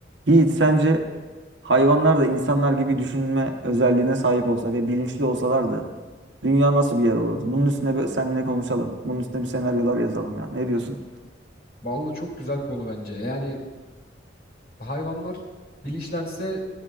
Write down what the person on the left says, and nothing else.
Vallahi çok güzel konu bence. Yani hayvanlar bilinçlense